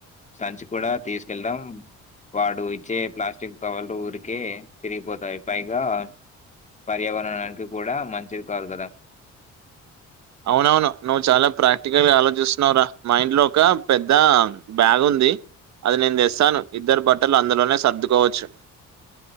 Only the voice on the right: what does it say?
అవునవును నువ్వు చాలా ప్రాక్టికల్ గా ఆలోచిస్తున్నావురా మాఇంట్లో ఒక పెద్ద బ్యాగ్ ఉంది అది నేను తెస్తాను ఇద్దరు బట్టలు అందులోనే సర్దుకోవచ్చు